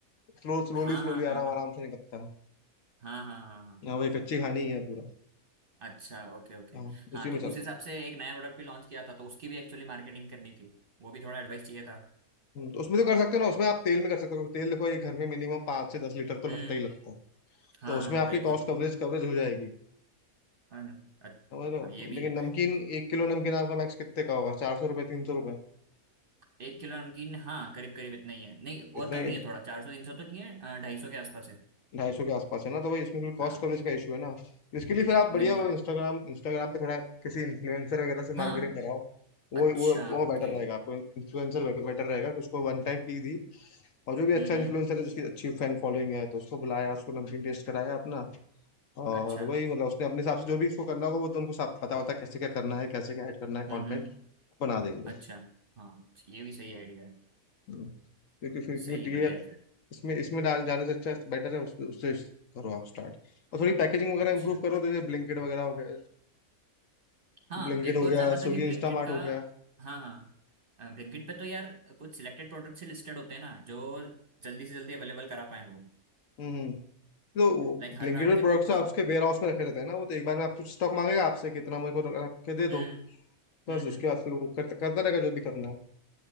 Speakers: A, on the left; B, on the right.
A: स्लो स्लोली
B: हाँ
A: स्लोली
B: हाँ हाँ
A: आराम
B: हाँ
A: आराम से निकलता है
B: हाँ हाँ हाँ हाँ हाँ.
A: हाँ वही कच्ची घानी ही है पूरा
B: अच्छा ओके ओके
A: हाँ उसी
B: हाँ तो
A: में चल
B: उस हिसाब
A: रहे हैं
B: से एक नया प्रोडक्ट भी लॉन्च किया था तो उसकी भी एक्चुअली मार्केटिंग करनी थी वो भी थोड़ा एडवाइस चाहिए था
A: हम्म, तो उसमें तो कर सकते हो ना उसमें आप तेल में कर सकते हो तेल देखो एक घर में मिनिमम पाँच से दस लीटर तो
B: हम्म
A: लगता ही लगता है
B: हाँ
A: तो उसमें
B: हाँ हाँ,
A: आपकी
B: बिल्कुल
A: कॉस्ट कवरेज कवरेज हो जाएगी
B: हाँ अच्छा,
A: समझ रहे हो
B: हाँ ये भी
A: लेकिन
B: है
A: नमकीन एक किलो नमकीन आपका मैक्स कितने का होगा चार सौ रुपये तीन सौ रुपये
B: एक किलो नमकीन हाँ करीब करीब इतना ही है नहीं और
A: इतना
B: कम ही
A: ही
B: है थोड़ा चार सौ तीन सौ तो नहीं है ढाई सौ के आसपास है
A: ढाई सौ के आसपास है ना तो भाई उसमें फिर कॉस्ट
B: हाँ
A: कवरेज का इशू है ना इसके लिए फिर आप बढ़िया
B: बिल्कुल
A: वो इंस्टाग्राम इंस्टाग्राम पे थोड़ा किसी इन्फ्लुएंसर वगैरह से
B: हाँ
A: मार्केटिंग कराओ वो
B: अच्छा
A: वो वो
B: ओके
A: बेटर रहेगा आपको इन्फ्लुएंसर बेटर रहेगा कि उसको वन टाइम फी दी और जो भी अच्छा
B: हम्म हम्म
A: इन्फ्लुएंसर है जिसकी अच्छी फैन फॉलोइंग है तो उसको बुलाया उसको नमकीन टेस्ट कराया अपना और
B: अच्छा
A: वही मतलब उसने अपने हिसाब से जो भी उसको करना होगा वो तो उनको सब पता होता है कैसे क्या करना है कैसे क्या ऐड करना है
B: हम्म
A: कंटेंट
B: हम्म
A: बना देंगे
B: अच्छा हाँ ये भी सही आइडिया है
A: हम्म। क्योंकि फिर क्योंकि
B: सही है बढ़िया
A: ये
B: है फिर
A: इसमें इसमें डाल जाने से अच्छा बेटर है उसके उससे करो आप स्टार्ट और थोड़ी पैकेजिंग वगैरह
B: अच्छा
A: इंप्रूव करो तो जैसे ब्लिंकिट वगैरह हो गया
B: हाँ
A: ब्लिंकिट
B: एक
A: हो
B: और
A: गया
B: जानना था
A: स्विगी
B: कि ब्लिंकिट
A: इंस्टामार्ट
B: का
A: हो गया
B: हाँ हाँ ब्लिंकिट पे तो यार कुछ सिलेक्टेड प्रोडक्ट्स ही लिस्टेड होते हैं ना जो जल्दी से जल्दी अवेलेबल करा पाए वो
A: हम्म हम्म. तो
B: लाइक हर
A: ब्लिंकिट
B: ब्रांड
A: पर
B: के
A: प्रोडक्ट्स
B: तो हाँ
A: आपके वेयर हाउस में रखे रहते हैं ना वो तो एक बार में आप कुछ स्टॉक मांगेगा आपसे कितना मेरे को रख के दे दो
B: हम्म
A: बस
B: हम्म हम्म
A: उसके बाद फिर वो करता करता रहेगा जो भी करना है